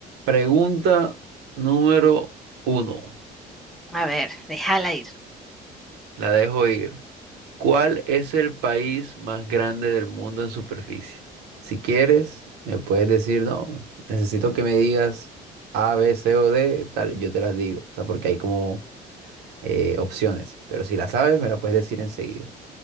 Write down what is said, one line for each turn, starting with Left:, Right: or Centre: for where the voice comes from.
Right: Pregunta número uno.
Centre: A ver, déjala ir.
Right: La dejo ir. ¿Cuál es el país más grande del mundo en superficie? Si quieres, me puedes decir, no, necesito que me digas A, B, C o D, tal, y yo te las digo. O sea, porque hay como eh, opciones. Pero si la sabes, me la puedes decir enseguida.